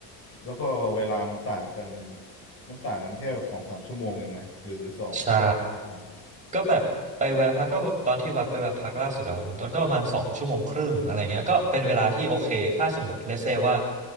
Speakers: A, on the left; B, on the right.
A: แล้วก็เวลามันต่างกันมันต่างกันแค่สองสามชั่วโมงเองไหมหรือหรือสอง
B: ใช่
A: อืม
B: ก็แบบไปแวะพักก็ตอนที่วัดไปแวะพักล่าสุดอะครับคุณต้นก็ประมาณสองชั่วโมงครึ่งอะไรเงี้ยก็เป็นเวลาที่โอเคถ้าสมมติเลเซว่า
A: อืม